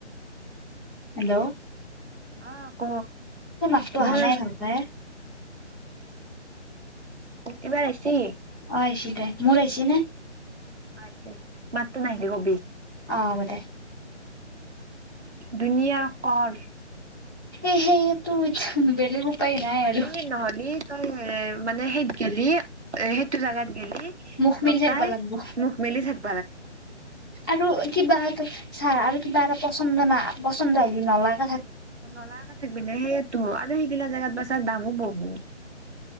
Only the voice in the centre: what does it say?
হেল্ল'
মাত টো
অহা নাই ভালকে।
অ আহিছি দে মোৰ আহিছেনে
অহ হব দে
এহেয়েটো ইচ্ছা বেলেগ উপ উপায়
নাই আৰু
মুখ
মিলি থাকিব লাগব
আৰু কিবা এ ছাৰ আৰু কিবা এটা পচন্দ না পচন্দ আহিলি নলা